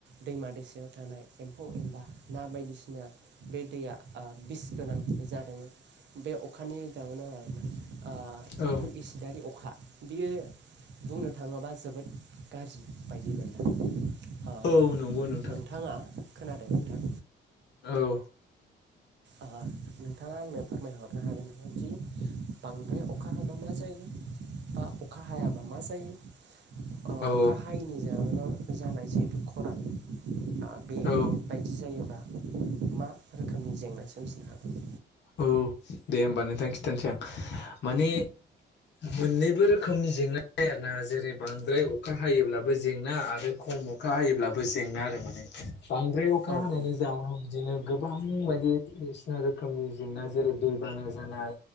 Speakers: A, on the right; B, on the left.
A: दैमा दैसायाव थानाय एम्फौ एनला ना बायदिसिना बे दैया ओ बिस गोनां जादोंमोन। बे अखानि जाहुनावआ ओ जिहेथु
B: औ
A: इसिदारि अखा बियो बुंनो थाङोबा जोबोद गाज्रि बायदि मोनदों। ओ
B: औ नंगौ नोंथां।
A: नोंथाङा खोनादों नोंथां
B: औ
A: अह नोंथाङा आंनो फोरमायहरनो हागोननामादि बांद्राय अखा हाबा मा जायो बा अखा हायाबा मा जायो ओ
B: औ
A: अखा <unintelligible>
B: औ
A: बायदि जायोबा मा रोखोमनि जेंना सोमजिनो हागोन
B: औ दे होमबा नोंथां खिथानसै आं माने मोननैबो रोखोमनि जेंना आरोना जेरै बांद्राय अखा हायोब्लाबो जेंना आरो खम अखा हायोब्लाबो जेंना आरो माने बांद्राय अखा
A: हागौ
B: हानायनि जाउनाव बिदिनो गोबां बायदि बायदिसिना रोखोम रोखोमनि जेंना जेरै दैबाना जानाय